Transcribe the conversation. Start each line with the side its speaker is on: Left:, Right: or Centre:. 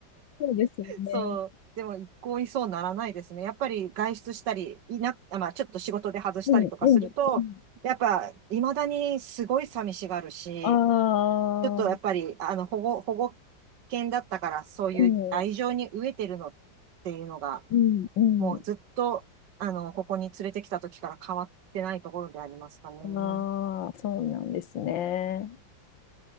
Left: そうですよね。
Right: そう、でも一向にそうならないですね。やっぱり外出したり、いな、あまあ、ちょっと仕事で外したりとかすると、
Left: うん、うん、うん。
Right: やっぱ、未だにすごい寂しがるし、
Left: ああ、
Right: ちょっとやっぱり、あの、保護、保護犬だったから、そういう愛情に飢えてるのっていうのが、
Left: うん、うん、うん。
Right: もうずっと、あの、ここに連れてきた時から変わってないところでありますかね。
Left: ああ、そうなんですね。